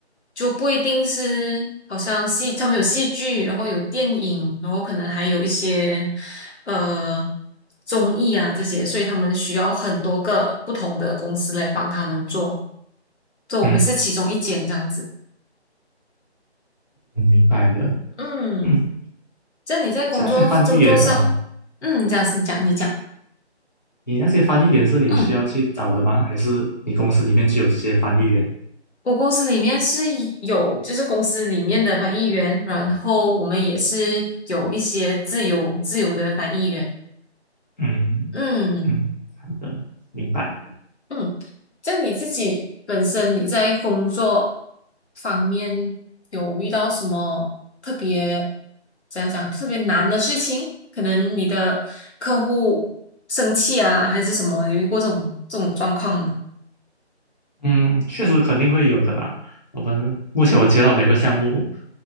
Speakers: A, on the left; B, on the left.
A: 就不一定是好像戏，他们有戏剧，然后有电影，然后可能还有一些呃综艺啊这些，所以他们需要很多个不同的公司来帮他们做，所以我们是其中一间这样子。
B: 嗯，嗯明白的。
A: 嗯，
B: 嗯，
A: 这样你在工作工作上，
B: 像那些翻译员哦，
A: 嗯，这样是你讲你讲，
B: 你那些翻译员是你需要去找的吗？
A: 嗯。
B: 还是你公司里面就有这些翻译员？
A: 我公司里面是有，就是公司里面的翻译员，然后我们也是有一些自由自由的翻译员。
B: 嗯嗯，
A: 嗯
B: 好的，明白。
A: 嗯，像你自己本身你在工作方面有遇到什么特别，怎样讲，特别难的事情？可能你的客户生气啊，还是什么？有遇过这种这种状况吗？
B: 嗯，确实肯定会有的啦。我们目前我接到每个项目，